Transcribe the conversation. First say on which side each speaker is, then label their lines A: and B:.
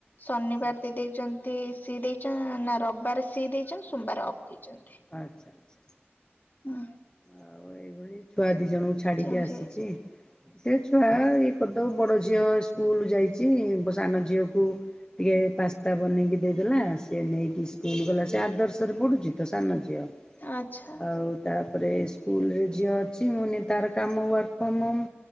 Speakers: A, on the left; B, on the left.
A: ଶନିବାର
B: ଆଚ୍ଛା
A: ଦେଇ ଦେଇଛନ୍ତି। ସି ଦେଇଛନ୍ତି ନା ରବିବାର ସି ଦେଇଛନ୍ତି ସୋମବାର ଅଫ୍। ଦେଇଛନ୍ତି।
B: ଆଚ୍ଛା ଆଚ୍ଛା।
A: ହୁଁ।
B: ଆଉ ଏଇଭଳି ଛୁଆ ଦି ଜଣଙ୍କୁ ଛାଡିକି
A: ଚେଞ୍ଜ
B: ଆସିଛି।
A: ହେଇଯାଇଛି
B: ସେ ଛୁଆ ଇଏ କରିଦଉ, ବଡ ଝିଅ ସ୍କୁଲ ଯାଇଛି ସାନ ଝିଅକୁ ଟିକେ ପାସ୍ତା ବନେଇକି ଦେଇଦେଲା ସିଏ ନେଇକି ସ୍କୁଲ ଗଲା, ସେ ଆଦର୍ଶରେ ପଡ଼ୁଛି ତ ସାନ ଝିଅ
A: ଆଚ୍ଛା
B: ଆଉ ତା ତା ସ୍କୁଲରେ ଝିଅ ଅଛି ମୁନି ତାର କାମ ୱର୍କ ଫ୍ରମ୍ ହୋମ୍।